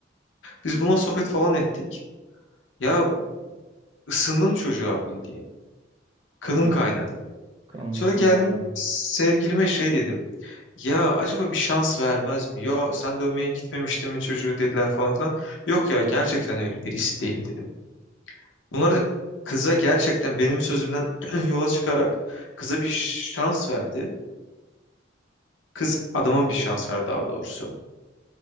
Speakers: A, on the left; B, on the right.
A: Biz bununla sohbet falan ettik. Ya ısındım çocuğa bildiğin. Kanım
B: Ha,
A: kaynadı.
B: kalmasında
A: Sonra geldim
B: aynı.
A: sevgilime şey dedim. Ya acaba bir şans vermez mi? Ya sen dövmeye gitmemiştin mi çocuğu dediler falan filan. Yok ya gerçekten öyle birisi değil dedim. Bunlar da kıza gerçekten benim sözümden <clears throat> yola çıkarak kıza bir şans verdi. Kız adama bir şans verdi daha doğrusu.